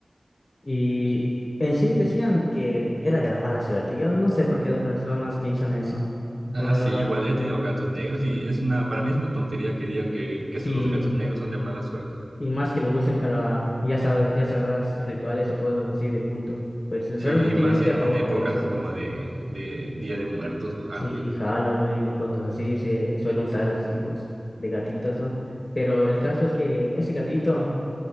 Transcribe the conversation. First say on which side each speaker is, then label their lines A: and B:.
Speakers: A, on the left; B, on the right.
A: Y en sí decían que era de la mala suerte. Yo no sé por qué las personas piensan eso.
B: Ah,
A: La verdad,
B: sí, igual he tenido gatos negros y es una, para mí es una tontería que digan que, que
A: sí.
B: los gatos negros son de mala suerte.
A: Y más que lo usen para, ya sabes, ya sabrás, rituales o cosas así de culto. Pues realmente
B: Sí, y más
A: yo no estoy
B: en,
A: a favor
B: en épocas
A: de eso.
B: como de, de Día de Muertos o Halloween.
A: Si Halloween o cosas así, se suele usar esos tipos de gatitos, ¿no? Pero el caso es que ese gatito